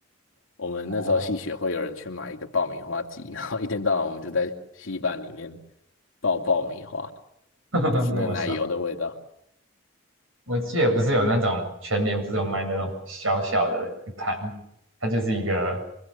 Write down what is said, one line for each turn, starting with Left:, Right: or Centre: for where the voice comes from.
Left: 我们那时候系学会有人去买一个爆米花机，
Right: 哦，
Left: 然后一天到晚我们就在戏班里面爆爆米花，
Right: <laughs> 那么少。
Left: 都是那个奶油的味道。
Right: 我记得不是有那种全年不是有卖那种小小的一盘，它就是一个